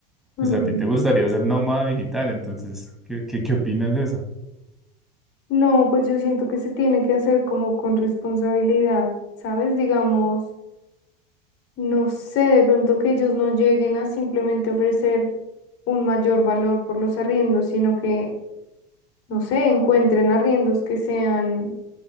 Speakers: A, on the left; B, in the centre.
A: Mm.
B: O sea, a ti te gustaría ser nómada digital, entonces, ¿qué, qué, qué opinas de eso?
A: No, pues yo siento que se tiene que hacer como con responsabilidad, ¿sabes? Digamos. No sé, de pronto que ellos no lleguen a simplemente ofrecer un mayor valor por los arriendos, sino que, no sé, encuentren arriendos que sean